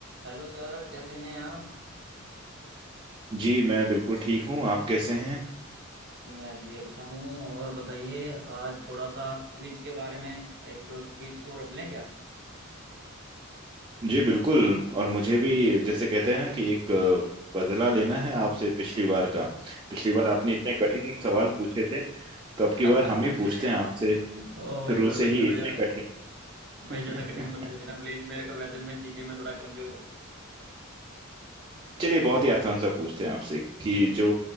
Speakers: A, on the right; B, on the right.
A: Hello sir कैसे हैं आप
B: जी मैं बिल्कुल ठीक हूँ आप कैसे हैं
A: मैं जी अच्छा हूँ और बताइए आज थोड़ा सा क्विज के बारे में एक क्विज शो रख लें क्या
B: जी बिल्कुल और मुझे भी जैसे कहते हैं ना कि एक अ, बदला लेना है आपसे पिछली बार का पिछली बार आपने इतने कठिन सवाल पूछे थे तो अब की
A: <laughs>
B: बार हम ही पूछते हैं आपसे
A: ओ माय
B: शुरू
A: गॉड
B: से
A: भाई
B: ही
A: ज़्यादा
B: इतने
A: ज़्यादा
B: कठिन <laughs>
A: भाई ज़्यादा कठिन मत पूछना प्लीज़ मेरे को वैसे मैं जीके में थोड़ा कमज़ोर हूँ
B: चलिए बहुत ही आसान सा पूछते
A: हम्म,
B: हैं आपसे कि
A: जी
B: जो